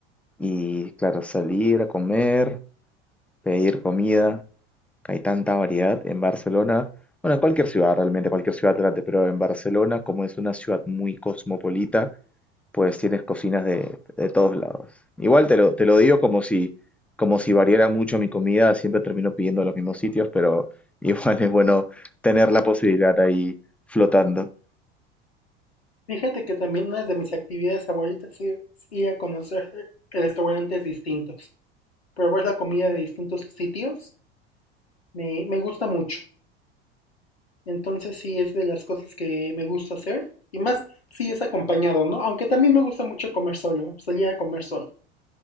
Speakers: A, in the centre; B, on the left.
A: y, claro, salir a comer, pedir comida, que hay tanta variedad en Barcelona. Bueno, en cualquier ciudad, realmente, cualquier ciudad grande, pero en Barcelona, como es una ciudad muy cosmopolita, pues tienes cocinas de, de todos lados. Igual te lo, te lo digo como si, como si variara mucho mi comida, siempre termino pidiendo en los mismos sitios, pero <laughs> igual es bueno tener la posibilidad ahí flotando.
B: Fíjate que también una de mis actividades favoritas es ir a conocer restaurantes distintos, probar la comida de distintos sitios, me, me gusta mucho. Entonces sí es de las cosas que me gusta hacer y más si es acompañado, ¿no? Aunque también me gusta mucho comer solo, salir a comer solo.